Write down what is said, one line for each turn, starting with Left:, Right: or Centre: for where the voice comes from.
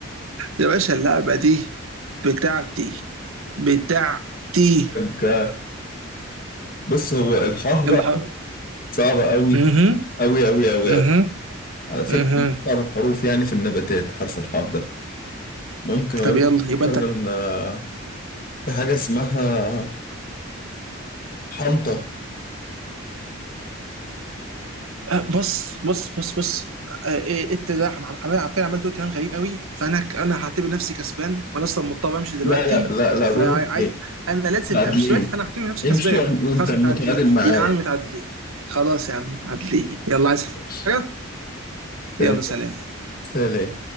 Right: يا باشا اللعبة دي بتاعتي بتاعتي
Left: ك- بص هو الحاء
Right: يلا
Left: بقى
Right: حر...
Left: صعبة أوي
Right: اها
Left: أوي أوي أوي
Right: اها
Left: أوي على فكرة
Right: اها
Left: من أصعب الحروف يعني في النباتات حرف الحاء ده ممكن أقول
Right: طب يلا
Left: لك
Right: يبقى
Left: مثلا
Right: انت
Left: آه، في حاجة اسمها حنطة
Right: آه، بص بص بص بص آه، إيه، انت ده عم- عم- عم- فعلا عملت دلوقتي كلام غريب قوي فانا ك- انا هعتبر نفسي كسبان وانا اصلا مضطر امشي دلوقتي
Left: لا لا لا لا بقول
Right: فانا
Left: لك إيه
Right: لازم
Left: تعادلين
Right: امشي دلوقتي فانا هعتبر نفسي كسبان
Left: امشي وأنت
Right: خلاص
Left: متعادل
Right: متعادلين
Left: معايا
Right: يا عم متعادلين خلاص يا عم متعادلين يلا عايز
Left: ماشي.
Right: حاجة
Left: تمام
Right: يلا سلام
Left: سلام